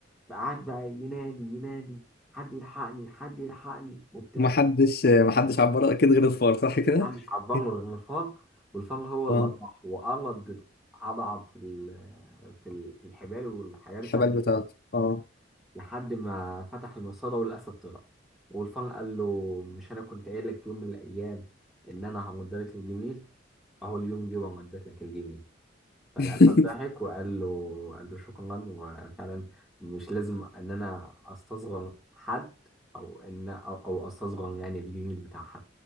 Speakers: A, in the centre; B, on the left.
A: فقعد بقى ينادي ينادي حد يلحقني حد يلحقني وبتاع
B: محدش محدش عبر اكيد غير الفار صح كده
A: محدش عبان
B: <laughs>
A: غير الفار والفار هو اللي
B: اه
A: راح وقرض عضعض في ال- في ال- في الحبال والحاجات بتاعت
B: الحبال بتاعته اه
A: لحد ما فتح المصاده والاسد طلع والفان قال له مش انا كنت قايل لك في يوم من الايام ان انا همد لك الجميل اهو اليوم جه ومديت لك الجميل فالاسد
B: <laughs>
A: ضحك وقال له قال له شكرا وفعلا مش لازم ان انا استصغر حد او ان او أو استصغر يعني الجميل بتاع حد